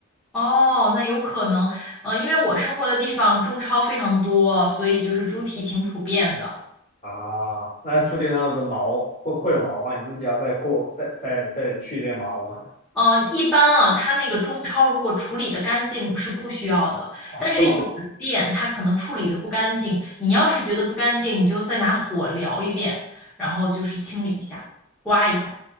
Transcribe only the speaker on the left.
啊，那注定上的毛会会有毛吗？你自己要再过再再再去一遍毛吗？
哇，
这么好，